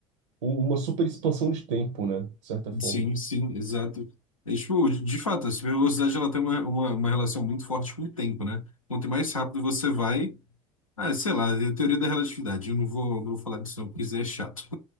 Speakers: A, on the right (about 65°); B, on the left (about 85°).
A: um- uma super expansão de tempo, né? De certa forma.
B: Sim, sim, exato. É, tipo, de fato, a velocidade ela tem uma, uma, uma relação muito forte com o tempo, né? Quanto mais rápido você vai, ah, sei lá, é a teoria da relatividade. Eu não vou, não vou falar disso não, porque isso é chato.